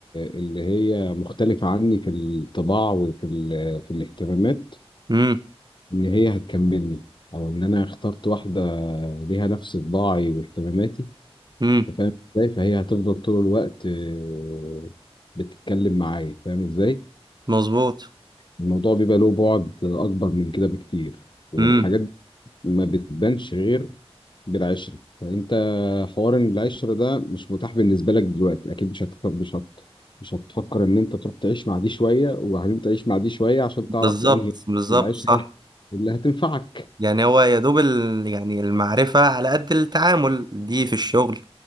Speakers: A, on the left (about 50°); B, on the right (about 40°).
A: اللي هي مختلفة عني في الطباع وفي ال- في الاهتمامات
B: امم
A: ان هي هتكملني او ان انا اخترت واحدة ليها نفس طباعي واهتماماتي
B: امم
A: انت فاهم ازاي فهي هتفضل طول الوقت آه، بتتكلم معايا فاهم ازاي
B: مظبوط
A: الموضوع بيبقى له بعد اكبر من كده بكتير والحاجات
B: امم
A: ما بتبانش غير بالعشرة فأنت حوار إن العشرة ده مش متاح بالنسبة لك دلوقتي أكيد مش هتفكر مش هت... مش هتفكر إن أنت تروح تعيش مع دي شوية وبعدين تعيش مع دي شوية عشان تعرف
B: بالظبط
A: أنهي
B: بالظبط
A: العشرة
B: صح
A: اللي هتنفعك
B: يعني هو يا دوب ال... يعني المعرفة على قد التعامل دي في الشغل